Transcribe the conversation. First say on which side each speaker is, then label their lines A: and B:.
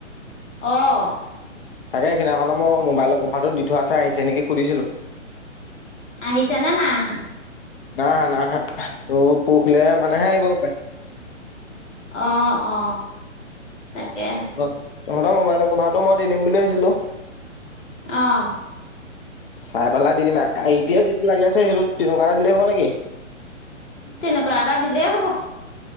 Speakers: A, on the left; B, on the left.
A: আহ।
B: তাকে সেই সদিনাখননৰ মই মোবাইলৰ কভাৰটো দি থোৱাছে আহিছে নেকি সুধিছিলো।
A: আহিছে না নাই অহা।
B: নাই অহা নাই অহা। পৰখিলে মানেহে আহিব হপাই।
A: আহ অ। তাকে।
B: ঘৰত তহঁতৰ মোবাইলৰ কভাৰটো মই দি দিম বুলি ভাবিছিলো।
A: আহ।
B: পাই পেলাই দি দিম আৰু এতিয়া যিটো লাগী আ সেইটোত তেনেকুৱা এটা দিলে হ'ব নেকি?
A: তেনেকুৱা এটা দিলেই হ'ব।